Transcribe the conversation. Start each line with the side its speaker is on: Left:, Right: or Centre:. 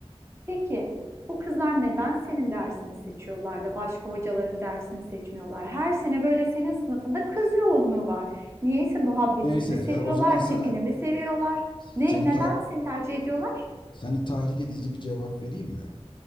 Right: Peki bu kızlar neden senin dersini seçiyorlar da başka hocaların dersini seçmiyorlar? Her sene böyle senin sınıfında kız yoğunluğu var. Niyeyse muhabbetini
Left: Neyse
Right: mi
Left: ya
Right: seviyorlar,
Left: o zaman sana
Right: tipini mi seviyorlar?
Left: seni
Right: Ne, neden
Left: ta-
Right: seni tercih ediyorlar?
Left: seni tahrik edici bir cevap vereyim mi?